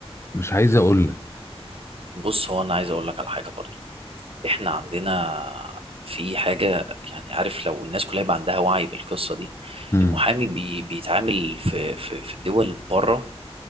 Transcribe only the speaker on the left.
مش عايز أقول لك
مم.